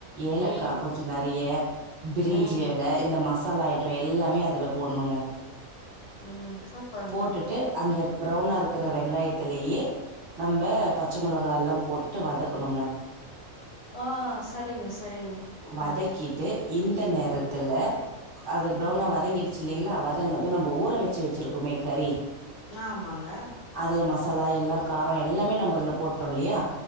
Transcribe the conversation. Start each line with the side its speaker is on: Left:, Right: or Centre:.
Right: ஏலக்கா
Left: ம்
Right: கொஞ்ச நிறைய பிரிஞ்சி
Left: ம்
Right: இல இந்த மசாலா ஐட்டோ எல்லாமே அதுல போடணுங்க
Left: ம் சூப்பருங்க
Right: போட்டுட்டு அந்த ப்ரௌனா இருக்கிற வெங்காயத்துலயே நம்ம பச்ச மிளகா எல்லா போட்டுட்டு வதக்கணுங்க
Left: ஆ சரிங்க சரிங்க
Right: வதக்கிட்டு
Left: ம்
Right: இந்த நேரத்துல அது ப்ரௌனா
Left: ம்
Right: வதங்கிட் டில்லைங்களா வதங்குனது நம்ம ஊற வெச்சு வெச்சிருக்குமே கறி
Left: ஆமாங்க
Right: அதுல மசாலா எல்லா காரோ எல்லாமே நம்ம அதுல போட்டோல்லையா